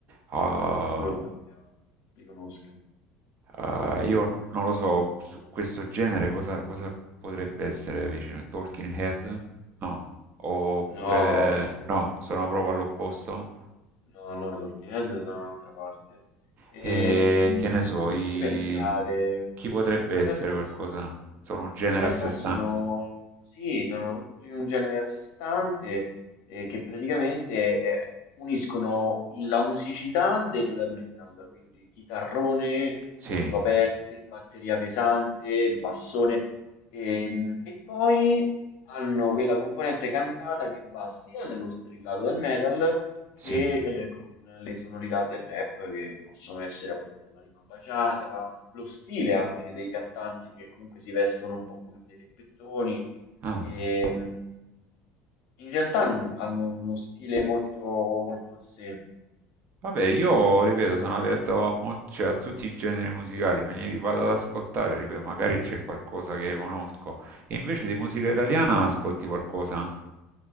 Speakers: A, on the right (about 40°); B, on the left (about 70°).
A: ah,
B: sono sicuro tu li abbia, li conosca.
A: ah, io non lo so, su questo genere cosa, cosa potrebbe essere vicino? Talking Head? No. Oppure
B: No, assolutamente.
A: no, sono proprio all'opposto?
B: No, no, i Talking Heads sono un'altra parte. Ehm,
A: E che ne so, i...
B: fammi pensare.
A: chi potrebbe
B: Eh, ma in
A: essere
B: realtà
A: qualcosa? Sono un genere
B: In realtà
A: a sé stante.
B: sono, sì, sono tutti un genere a sé stante eh, che praticamente eh, uniscono la musicità del metal, quindi chitarrone
A: Sì,
B: molto aperte, batteria pesante, il bassone, ehm, e poi hanno quella componente cantata che va sia nello strillato del metal che
A: sì.
B: eh, con le sonorità del rap che possono essere appunto la rima baciata lo stile anche dei cantanti che comunque si vestono un po' come dei reppettoni.
A: Ah.
B: E, mh, in realtà n- hanno uno stile molto, molto a sé.
A: Vabbè, io ripeto, sono aperto a, mo- cioè, a tutti i generi musicali, me li vado ad ascoltare, ripeto, magari c'è qualcosa che conosco. E invece di musica italiana ascolti qualcosa?